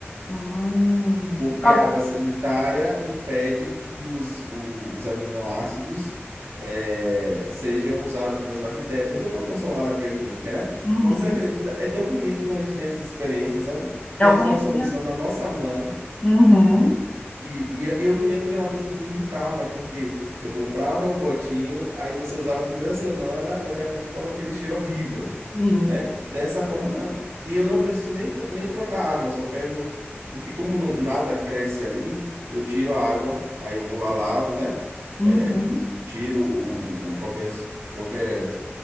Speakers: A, on the left; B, on the right.
A: Hum.
B: Porque
A: Por causa...
B: a água sanitária impede que os, o- os aminoácidos eh, sejam usados pelas bactérias. Tem toda uma função lá na bioquímica, né?
A: Uhum.
B: Mas você acredita? É tão bonito quando a gente tem essas experiências, sabe?
A: É
B: Que a
A: o
B: gente
A: conhecimento.
B: tem uma solução na nossa mão
A: Uhum.
B: e, e eu me lembro que era uma coisa que me irritava, porque eu comprava o potinho, aí você usava a primeira semana, daqui a pouco tava com aquele cheiro horrível,
A: Sim.
B: né? Dessa forma, não. E eu não preciso nem, tro- nem trocar água, eu só pego, porque como não- nada cresce ali, eu tiro a água, aí eu vou lá, lavo, né?
A: Uhum.
B: É, tiro o, o, o- qualquer, qualquer